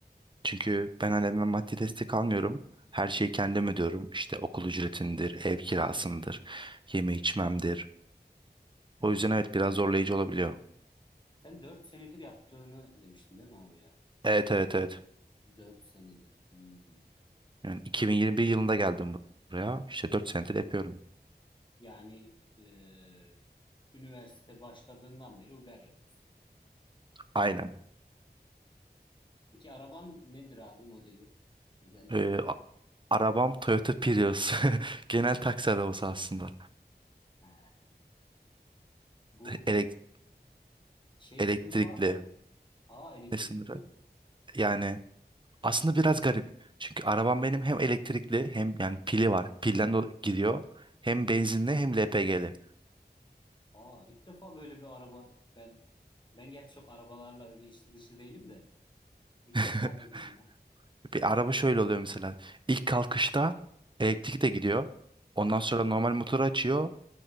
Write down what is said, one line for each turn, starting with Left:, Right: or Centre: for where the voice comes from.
Right: Çünkü ben ailemden maddi destek almıyorum. Her şeyi kendim ödüyorum. İşte okul ücretindir, ev kirasındır, yeme içmemdir. O yüzden evet biraz zorlayıcı olabiliyor.
Left: Sen 4 senedir yaptığını demiştin değil mi abi ya?
Right: Evet evet evet.
Left: Dört senedir. Hmm.
Right: Yani 2021 yılında geldim buraya. İşte 4 senedir yapıyorum.
Left: Yani e, üniversite başladığından beri Uber yapıyorsun.
Right: Aynen.
Left: Peki araban nedir abi modeli? Özel değil.
Right: Ee, a- arabam Toyota Prius. <laughs> Genel taksi arabası aslında.
Left: He. Bu
Right: Elek-
Left: şey
Right: elektrikli.
Left: sınırı var mı? Aa elektrikli
Right: Ne sınırı?
Left: mi?
Right: Yani aslında biraz garip. Çünkü arabam benim hem elektrikli hem yani pili var. Pilden de gidiyor. Hem benzinli hem LPG'li.
Left: Aa ilk defa böyle bir araba. Ben ben gerçi çok arabalarla öyle içli dışı değilim de. ilk
Right: <laughs>
Left: defa duydum ya.
Right: Bir araba şöyle oluyor mesela. İlk kalkışta elektrik de gidiyor. Ondan
Left: He,
Right: sonra normal motoru açıyor.